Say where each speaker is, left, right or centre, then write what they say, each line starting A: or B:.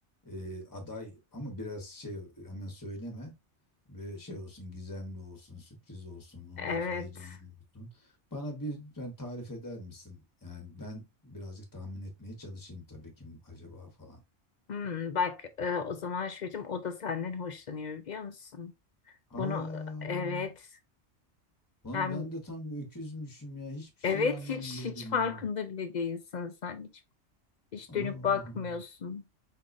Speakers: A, on the left; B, on the left.
A: e, aday ama biraz şey hemen söyleme bir şey olsun gizemli olsun sürpriz olsun ondan
B: evet.
A: sonra heyecanlı olsun. Bana bir ben tarif eder misin? Yani ben birazcık tahmin etmeye çalışayım tabii kim acaba falan.
B: Hmm, bak e, o zaman çocuğum o da senden hoşlanıyor biliyor musun?
A: Aa.
B: Bunu evet
A: Lan
B: hem
A: ben de tam öküzmüşüm ya. Hiçbir şey
B: evet
A: anlamıyordum
B: hiç hiç farkında
A: ya.
B: bile değilsin sen hiç hiç
A: Allah
B: dönüp bakmıyorsun.
A: Allah.